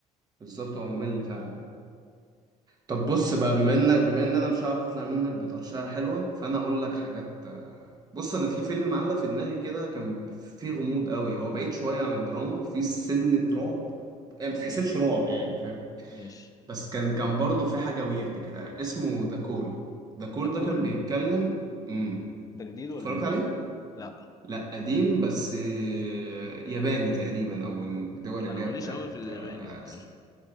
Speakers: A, on the right; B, on the left.
A: بالظبط هو ممل فعلا طب بص بقى بما انك بما ان انا مش هعرف اطلع منك بطرشقه حلوه فانا اقول لك حاجات بص انا في فيلم معلق في دماغي كده كان فيه غموض قوي هو بعيد شويه عن الدراما فيه سنه رعب يعني ما بتحسبش
B: ايه
A: رعب يعني فاهم
B: ماشي
A: بس كان كان برضه في حاجة ويرد كده اسمه ذا كول ذا كول
B: ده
A: ده
B: كول
A: كان بيتكلم امم
B: ده جديد ولا
A: اتفرجت
B: ايه
A: عليه؟
B: لا
A: لا قديم بس آه، ياباني تقريبا او من الدول اللي
B: انا ماليش
A: هي بتاعت
B: قوي في الياباني
A: آه،
B: وبتاع
A: آسيا
B: مش عارف